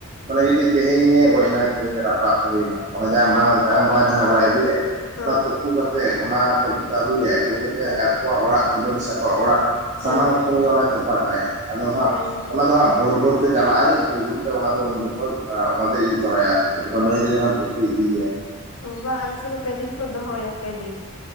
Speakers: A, on the right (about 35°); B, on the left (about 75°).
A: ᱢᱟᱱᱮ ᱡᱩᱫᱤ ᱛᱮᱦᱮᱧ ᱮ ᱜᱚᱡ ᱱᱟ ᱛᱮᱦᱤᱧ ᱨᱟᱯᱟᱜ ᱠᱚ ᱦᱩᱭᱱᱟ ᱚᱱᱮ ᱡᱟᱸᱦᱟ
B: ᱦᱮᱸ
A: ᱵᱟᱝ ᱡᱟᱝ ᱵᱟᱦᱟ ᱡᱟᱦᱟᱸ ᱵᱟᱭ ᱟᱹᱜᱩᱭᱟ
B: ᱦᱮᱸ
A: ᱚᱱᱟ ᱛᱩᱯᱩ ᱠᱟᱛᱮᱜ ᱚᱱᱟ ᱠᱚ ᱟᱹᱜᱩᱭᱟᱭ ᱟᱹᱜᱩ ᱠᱟᱛᱮᱫ
B: ᱦᱮᱸ
A: ᱟᱠᱚᱣᱟᱜ ᱚᱲᱟᱜ ᱠᱩᱰᱟᱹᱢ ᱥᱟ‌ ᱠᱷᱚᱡ ᱟᱠᱚᱣᱟᱜ ᱚᱲᱟᱜ ᱥᱟᱢᱟᱝ
B: ᱦᱮᱸ ᱦᱮᱸ
A: ᱴᱷᱮᱱ ᱜᱮ ᱚᱱᱟ ᱛᱚᱯᱟᱜ ᱠᱟᱜᱼᱟᱭ᱾ ᱟᱫᱚ ᱦᱟᱸᱜ
B: ᱦᱮᱸ
A: ᱚᱱᱟ ᱫᱚ ᱦᱟᱸᱜ ᱵᱷᱳᱨ ᱵᱷᱳᱨ ᱛᱮ ᱪᱟᱞᱟᱜᱼ ᱟᱭ ᱵᱷᱳᱨ ᱵᱷᱳᱨ ᱛᱮ ᱚᱱᱟ ᱫᱚ ᱩᱱ ᱡᱚᱠᱷᱚᱡ ᱚᱱᱟ ᱫᱚᱭ ᱤᱫᱤ ᱛᱚᱨᱟᱭᱟ᱾ ᱡᱚᱠᱷᱚᱱ ᱵᱟᱹᱭ ᱡᱚᱠᱷᱚᱱ ᱛᱩᱯᱩ ᱤᱫᱤᱭᱟᱭ
B: ᱵᱟᱝ ᱟᱞᱮ ᱥᱮᱫ ᱫᱚ ᱯᱮᱫᱤᱱ ᱠᱚ ᱫᱚᱦᱚᱭᱟ ᱯᱮᱫᱤᱱ᱾